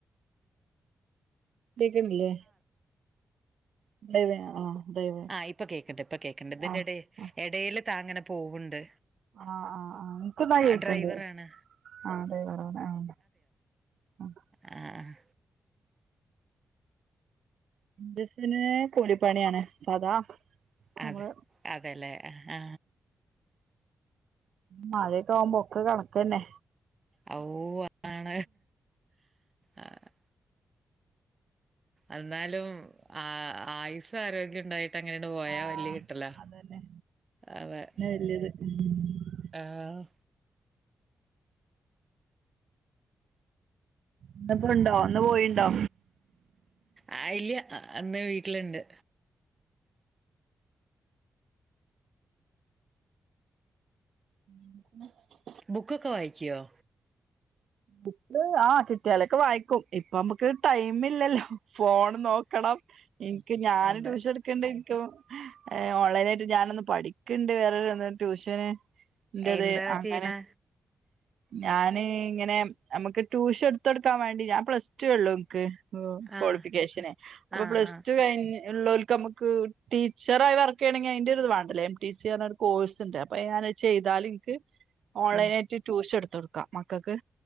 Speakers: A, on the right; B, on the right.
A: കേൾക്കുന്നില്ലേ <unintelligible> ആഹ് ഡ്രൈവ്
B: ആഹ് ഇപ്പൊ കേക്കണ്ട് ഇപ്പൊ കേക്കണ്ട് ഇതിന്റെ
A: ആഹ്
B: ഇട ഇടയിൽ താങ്ങനെ പോവുണ്ട്
A: ആഹ് ആഹ് ആഹ് എനിക്ക് നന്നായി കേക്കണ്ട്
B: ഡ്രൈവറാണ്
A: ആഹ് അതെ പറ ആഹ് ആഹ്
B: ആഹ് ആഹ്
A: <unintelligible> കൂലിപ്പണിയാണ് <unintelligible> <unintelligible>
B: അതെ അതെല്ലേ ആ
A: മഴയൊക്കെ ആവുമ്പോ ഒക്കെ കണക്ക് തന്നെ
B: ഓ അതാണ് ആഹ് എന്നാലും ആ ആയുസ്സും ആരോഗ്യം ഉണ്ടായിട്ട് അങ്ങനെയണ്ട് പോയാ
A: ആഹ്
B: വല്ല്യ കിട്ടലാ
A: അതന്നെ
B: അതെ
A: <unintelligible>
B: ആഹ്
A: ഇന്നിപ്പോ ഉണ്ടോ ഇന്ന് പോയിണ്ടോ
B: <unintelligible> ഇന്ന് വീട്ടിലുണ്ട്
A: <inaudible>
B: ബുക്കൊക്കെ വായിക്കുവോ
A: ബുക്ക് ആഹ് കിട്ടിയാലൊക്കെ വായിക്കും ഇപ്പ നമ്മുക്ക് ടൈമ് ഇല്ലല്ലോ ഫോണ് നോക്കണം എനിക്ക് ഞാൻ
B: അതെ
A: ട്യൂഷൻ എടു <unintelligible> ഓൺലൈനായിട്ട് ഞാനൊന്ന് പഠിക്കണ്ട് വേറൊ <unintelligible> ട്യൂഷന്. എന്റേത്
B: എന്താ
A: അങ്ങനെ
B: ചെയ്യണെ
A: ഞാന് ഇങ്ങനെ നമ്മുക്ക് ട്യൂഷൻ എടുത്ത് കൊടുക്കാൻ വേണ്ടി ഞാൻ പ്ലസ് ടു ഉള്ളു എനിക്ക് ഓ ക്വാളിഫിക്കേഷനെ
B: ആഹ്
A: അപ്പൊ
B: ആഹ്
A: പ്ലസ്
B: ആഹ്
A: ടു കഴി <unintelligible> നമ്മുക്ക് ടീച്ചറായി വർക്ക് ചെയ്യണെങ്കിൽ അതിന്റെ ഒരു ഇത് <unintelligible> കോഴ്സ് ഉണ്ട് അപ്പൊ ഞാൻ അത് ചെയ്താല് എനിക്ക് ഓൺലൈൻ
B: ഉം
A: ആയിട്ട് ട്യൂഷൻ എടുത്ത് കൊടുക്കാം മക്കൾക്ക്